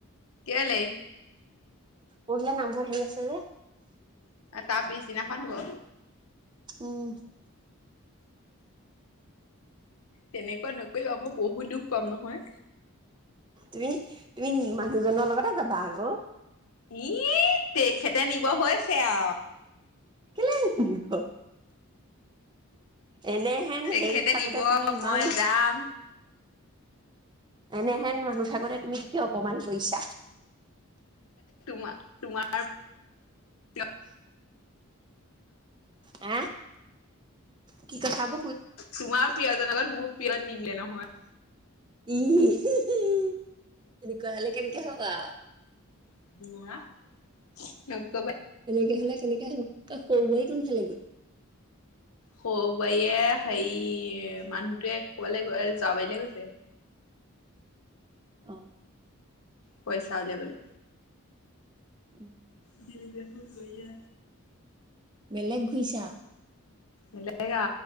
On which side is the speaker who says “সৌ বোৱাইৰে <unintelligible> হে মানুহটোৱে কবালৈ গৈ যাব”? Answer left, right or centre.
Left